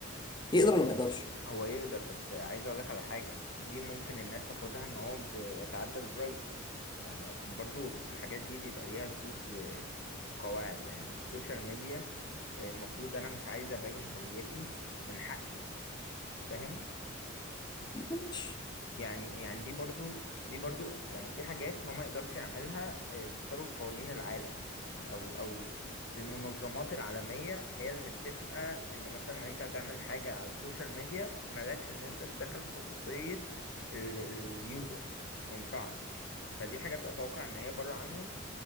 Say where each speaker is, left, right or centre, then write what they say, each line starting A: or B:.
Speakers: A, on the left (about 20°); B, on the left (about 55°).
A: يقدر
B: ماشي
A: ولا ما يقدرش
B: هو يقدر بس عايز اقول لك على حاجه دي ممكن الناس تاخدها ان هو بيتعدى البرايفسي يعني اصل برضو الحاجات دي بيبقى ليها شروط و... وقواعد يعني سوشيال ميديا المفروض انا مش عايز ابين هويتي من حقي فاهم
A: ماشي.
B: يعني يعني دي برضو دي برضو يعني في حاجات هو ما يقدرش يعملها آه، بسبب قوانين العالم يعني او او المنظمات العالمية هي اللي متفقة ان مثلا انت هتعمل حاجة على السوشيال ميديا مالكش ان انت تدخل في خصوصية اليوزرز ما ينفعش فدي حاجات اتوقع ان هي بره عنهم